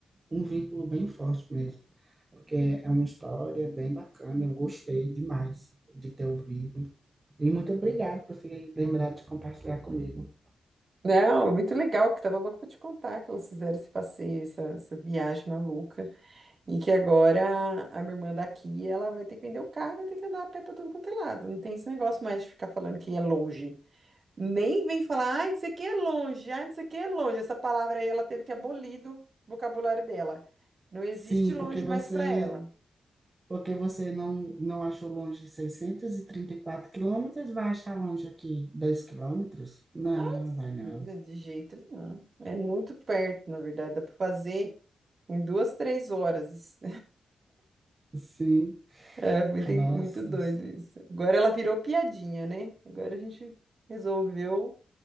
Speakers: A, on the right; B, on the right.
A: um vínculo bem forte mesmo, porque é uma história bem bacana, eu gostei demais de ter ouvido. E muito obrigado por ter lembrado de compartilhar comigo.
B: Não, muito legal, que tava louca pra te contar que elas fizeram esse passeio, essa, essa viagem maluca, e que agora a, a minha irmã daqui, ela vai ter que vender o carro, e vai ter que andar a pé pra tudo quanto é lado. Não tem esse negócio mais de ficar falando que é longe. Nem vem falar, ai, isso aqui é longe, ai, isso aqui é longe. Essa palavra aí ela teve que abolir do vocabulário dela. Não existe
A: Sim,
B: longe
A: porque você,
B: mais pra ela.
A: porque você não, não achou longe seiscentos e e trinta e quatro quilômetros, vai achar longe aqui 2 quilômetros? Não,
B: Ah,
A: vai não.
B: sim, de jeito nenhum. É muito perto, na verdade, dá pra fazer em duas, três horas.
A: Sim,
B: É, muito,
A: a nossa,
B: muito doido isso. Agora ela virou piadinha, né? Agora a gente resolveu